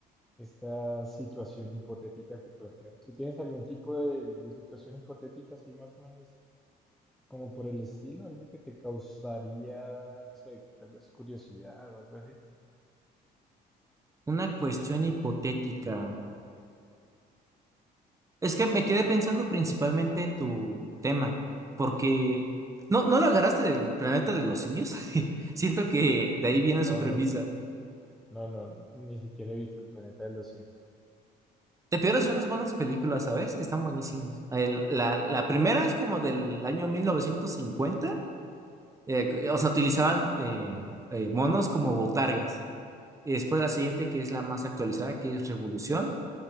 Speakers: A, in the centre; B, on the right (about 20°).
A: esta situación hipotética que planteaba. ¿Tú tienes algún tipo de, de situación hipotética así más o menos como por el estilo? ¿Algo que te causaría, no sé, tal vez curiosidad o algo así?
B: Una cuestión hipotética. Es que me quedé pensando principalmente en tu tema, porque no, no lo agarraste del planeta de los simios. <laughs> Siento que
A: <laughs>
B: de ahí viene
A: No,
B: su premisa.
A: no, No, no, ni siquiera he visto el planeta de los simios.
B: Te pierdes unas buenas películas, ¿sabes? Están buenísimas. El- la, la primera es como del año 1950, eh, que- o sea, utilizaban eh, eh, monos como botargas. Y después la siguiente, que es la más actualizada, que es Revolución,